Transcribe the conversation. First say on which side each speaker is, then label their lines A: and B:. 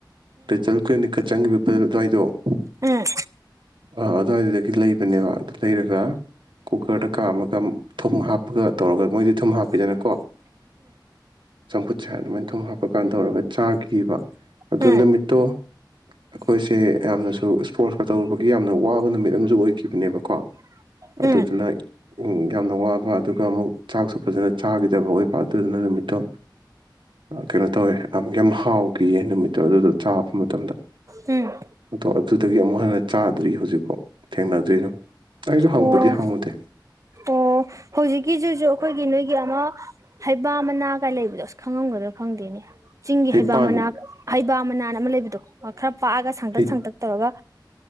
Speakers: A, on the right (about 85°); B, on the right (about 40°).
A: ꯂꯤꯇꯜ ꯀ꯭ꯂꯤꯅꯤꯛꯀ ꯆꯪꯈꯤꯕ ꯑꯗꯨꯋꯥꯢꯗꯣ
B: ꯎꯝ
A: ꯑ ꯑꯗꯨꯋꯥꯏꯗꯨꯗꯒꯤ ꯂꯩꯕꯅꯦꯕ ꯑꯗꯨ ꯂꯩꯔꯒ ꯀꯨꯀꯔꯗ ꯀꯥꯝꯃꯒ ꯊꯨꯝ ꯍꯥꯞꯄꯒ ꯇꯧꯔꯒ ꯃꯣꯏꯗꯤ ꯊꯨꯝ ꯍꯥꯞꯄꯤꯗꯅꯀꯣ ꯆꯝꯐꯨꯠꯁꯦ ꯑꯗꯨꯃꯥꯏ ꯊꯨꯝ ꯍꯥꯞꯄꯀꯥꯟ ꯇꯧꯔꯒ ꯆꯥꯈꯤꯕ ꯑꯗꯨ
B: ꯎꯝ
A: ꯅꯨꯃꯤꯠꯇꯣ ꯑꯩꯈꯣꯏꯁꯦ ꯌꯥꯝꯅꯁꯨ ꯏꯁꯄꯣꯔꯠꯁꯀ ꯇꯧꯔꯨꯕꯒꯤ ꯌꯥꯝꯅ ꯋꯥꯕ ꯅꯨꯃꯤꯠ ꯑꯃꯁꯨ ꯑꯣꯏꯈꯤꯕꯅꯦꯕꯀꯣ ꯑꯗꯨꯗꯨꯅ
B: ꯎꯝ ꯎꯝ
A: ꯌꯥꯝꯅ ꯋꯥꯕ ꯑꯗꯨꯒ ꯑꯃꯨꯛ ꯆꯥꯛꯁꯨ ꯐꯖꯅ ꯆꯥꯈꯤꯗꯕ ꯑꯣꯏꯕ ꯑꯗꯨꯗꯨꯅ ꯅꯨꯃꯤꯠꯇꯣ ꯀꯩꯅꯣ ꯇꯧꯋꯦ ꯌꯥꯝ ꯍꯥꯎꯈꯤꯌꯦ ꯅꯨꯃꯤꯠꯇꯣ ꯑꯗꯨꯗꯣ ꯆꯕꯥ ꯃꯇꯝꯗ
B: ꯎꯝ
A: ꯑꯗꯣ ꯑꯗꯨꯗꯒꯤ ꯑꯃꯨꯛ ꯍꯟꯅ ꯆꯥꯗ꯭ꯔꯤ ꯍꯧꯖꯤꯛꯐꯥꯎ ꯊꯦꯡꯅꯗ꯭ꯔꯤ ꯑꯩꯁꯨ ꯍꯪꯕꯨꯗꯤ
B: ꯑꯣ
A: ꯍꯪꯉꯨꯗꯦ
B: ꯑꯣ ꯍꯧꯖꯤꯛꯀꯤꯁꯤꯁꯨ ꯑꯩꯈꯣꯏꯒꯤ ꯅꯣꯏꯒꯤ ꯑꯃ ꯍꯩꯕ ꯃꯅꯥꯒꯥ ꯂꯩꯕꯗꯣ ꯑꯁ ꯈꯪꯉꯝꯒꯗ꯭ꯔꯥ ꯈꯪꯗꯦꯅꯦ ꯆꯤꯡꯒꯤ
A: ꯍꯩꯄꯥꯟ
B: ꯍꯩꯕ ꯃꯅꯥ ꯍꯩꯕ ꯃꯅꯥ ꯑꯃ ꯂꯩꯕꯗꯣ ꯈꯔ ꯄꯥꯛꯑꯒ ꯁꯥꯡꯇꯛ
A: ꯍꯩ
B: ꯁꯥꯡꯇꯛ ꯇꯧꯔꯒ